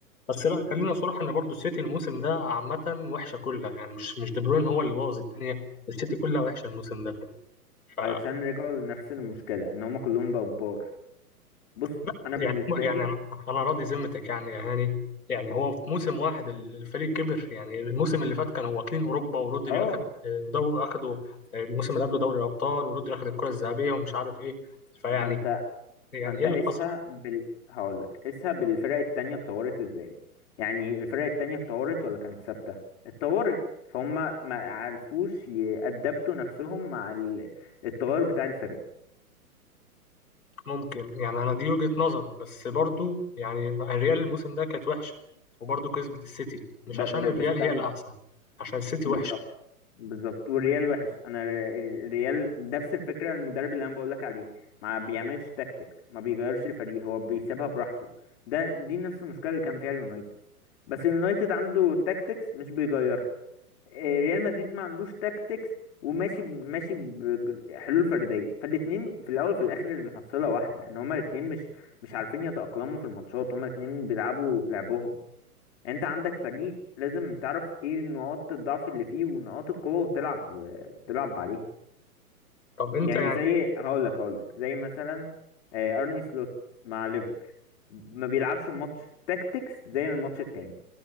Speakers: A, on the left; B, on the left.
A: بس لا خلينا صراحة ان برضو السيتي الموسم ده عامة وحشة كلها يعني مش مش دي بروين هو اللي بوظ الدنيا السيتي كلها وحشة الموسم ده ف
B: علشان رجعوا لنفس المشكله ان هم كلهم بقوا كبار بص
A: لا
B: انا بالنسبه
A: يعني يعني
B: لي
A: انا أنا راضي ذمتك يعني يا هاني يعني هو في موسم واحد ال- الفريق كبر يعني الموسم اللي فات كانوا واكلين اوروبا ورودري
B: اه
A: اخد دوري اخدوا آه، الموسم اللي قبله دوري الابطال ورودري اخد الكرة الذهبية ومش عارف ايه فيعني
B: ما انت
A: يعني
B: ما انت
A: ايه اللي
B: قيسها
A: حصل
B: بال هقول لك قيسها بالفرق التانية اتطورت ازاي يعني الفرق التانية اتطورت ولا كانت ثابتة اتطورت فهم ما عرفوش يأدبتوا نفسهم مع ال- التغير بتاع الفرق
A: ممكن يعني انا دي وجهة نظر بس برضو يعني الريال الموسم ده كانت وحشة وبرضو كسبت السيتي مش
B: ب...
A: عشان
B: ب...
A: الريال
B: بس
A: هي
B: ثاني
A: الاحسن عشان السيتي
B: بالظبط
A: وحشة
B: بالظبط والريال وحش انا ال- الريال نفس الفكرة المدرب اللي انا بقول لك عليه ما بيعملش تاكتكس ما بيغيرش الفريق هو بيسيبها براحته ده دي نفس المشكلة اللي كان فيها اليونايتد بس اليونايتد عنده تاكتكس مش بيغيرها آه، ريال مدريد ما عندوش تاكتكس وماشي ب- ماشي بحلول فرديه فالاتنين في الاول في الاخر المحصله واحده ان هما الاتنين مش مش عارفين يتاقلموا في الماتشات هما الاتنين بيلعبوا لعبهم يعني انت عندك فريق لازم تعرف ايه نقاط الضعف اللي فيه ونقاط القوه وتلعب تلعب عليها
A: طب انت
B: يعني
A: يعني
B: زي هقول لك هقول لك زي مثلا آه، ارني سلوت مع ليفر ما بيلعبش ماتش تاكتكس زي الماتش التاني